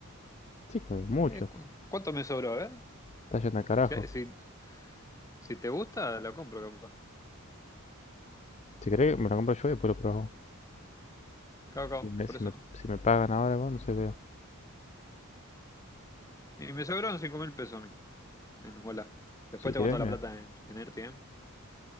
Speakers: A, on the left; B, on the left.
A: sí, como mucho.
B: Eh, cu- ¿cuánto me sobró? A ver.
A: Está yendo al carajo.
B: Si, si, si te gusta, lo compro, capaz.
A: Si querés, me lo compro yo y después lo probamos.
B: Cabo, cabo,
A: Si me, si
B: por eso.
A: me, si me pagan ahora, bueno, no sé, veo.
B: Y me sobraron 5.000 pesos a mí. en Walla. Después
A: Si
B: tengo
A: querés,
B: toda la
A: mira.
B: plata en, en Erti, eh